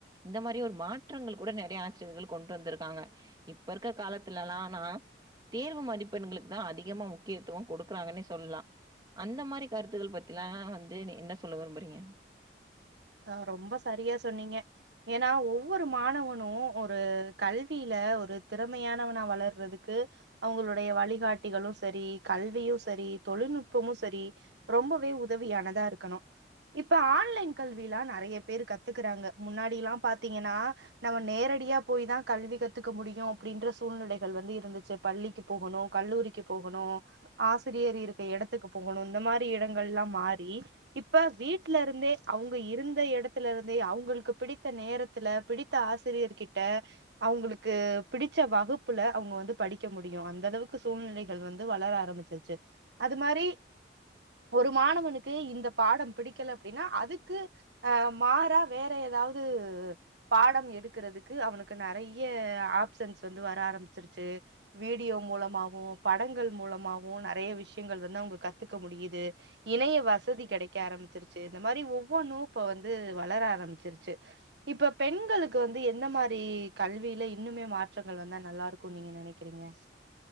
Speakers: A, on the right (about 20°); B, on the right (about 70°).
A: இந்த மாரி ஒரு மாற்றங்கள் கூட நெறைய ஆசிரியர்கள் கொண்டு வந்திருக்காங்க இப்ப இருக்க காலத்துல எல்லா அனா தேர்வு மதிப்பெண்களுக்கு தா அதிகமா முக்கியத்துவ கொடுக்குறாங்கன்னே சொல்லலா அந்த மாரி கருத்துக்கள் பத்திலா வந்து ன் என்ன சொல்ல விரும்புறீங்க
B: ஆஹ் ரொம்ப சரியா சொன்னீங்க ஏன்னா ஒவ்வொரு மாணவனு ஒரு கல்வியில ஒரு திறமையானவனா வளர்றதுக்கு அவங்களுடைய வழிகாட்டிகளு சரி கல்வியு சரி தொழில்நுட்பமு சரி ரொம்பவே உதவியானதா இருக்கணு இப்ப ஆன்லைன் கல்விலா நெறைய பேர் கத்துக்குறாங்க முன்னாடில்லா பாத்தீங்கன்னா நம்ம நேரடியா போய தா கல்வி கத்துக்க முடியு அப்டின்ற சூழ்நிலைகள் வந்து இருந்துச்சு பள்ளிக்கு போகணு கல்லூரிக்கு போகணு ஆசிரியர் இருக்க இடத்துக்கு போகணு இந்த மாரி இடங்கள் எல்லா மாறி இப்ப வீட்டுல இருந்தே அவங்க இருந்த எடத்துல இருந்தே அவங்களுக்கு பிடித்த நேரத்துல பிடித்த ஆசிரியர் கிட்ட அவங்களுக்கு பிடிச்ச வகுப்புல அவங்க வந்து படிக்க முடியு அந்த அளவுக்கு சூழ்நிலைகள் வந்து வளர ஆரம்பிச்சிருச்சு அது மாரி ஒரு மாணவனுக்கு இந்த பாடம் பிடிக்கல அப்டின்னா அது க்கு அஹ் மாறா வேற ஏதாவது பாடம் எடுக்குறதுக்கு அவனுக்கு நெறைய ஆப்ஷன்ஸ் வந்து வர ஆரம்பிச்சிருச்சு வீடியோ மூலமாவும் படங்கள் மூலமாவும் நெறைய விஷயங்கள் வந்து அவுங்க க கத்துக்க முடியுது இணைய வசதி கெடக்க ஆரம்பிச்சிருச்சு இந்த மாதிரி ஒ <unintelligible> இப்ப வந்து வளர ஆரம்பிச்சிருச்சு இப்ப பெண்களுக் ளுக்கு வந்து எந்த மாரி கல்வில இன்னுமே மாற்றங்கள் வந்தா நல்லாருக்குனு நீங்க நெனைக்கிறீங்க